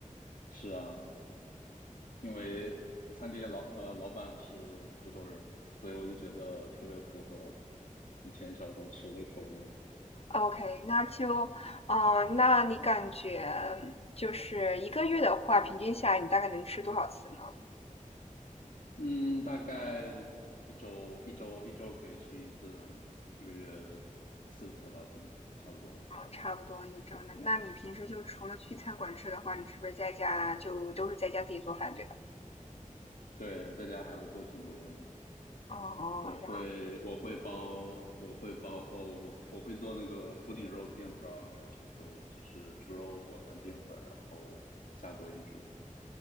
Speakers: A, on the left; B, on the left.
A: 是啊，因为餐厅老呃老板是福州人，所以我就觉得特别符合以前小时候吃的口味。
B: OK，那就，啊、那你感觉就是一个月的话，平均下来你大概能吃多少次呢？
A: 嗯，大概一周一周一周可以去一次，一个月四次吧，可能差不多。
B: 差不多一周呢。那你平时就除了去餐馆吃的话，你是不是在家就都是在家自己做饭，对吧？
A: 对，在家还会做挺多的，
B: 哦哦，
A: 我会我会包我会包哦，
B: 然
A: 我会我会做那个福鼎肉片，不知道你有没有听说过，就是猪肉裹上淀粉，然后下锅一煮。